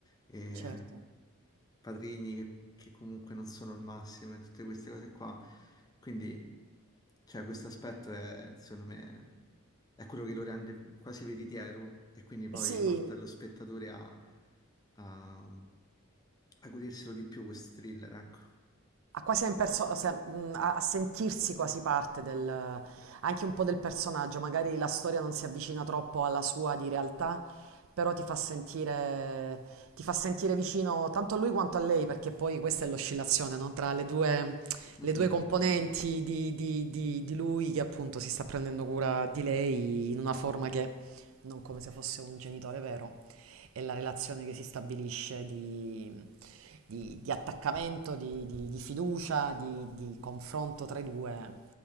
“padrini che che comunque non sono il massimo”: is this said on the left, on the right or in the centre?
Left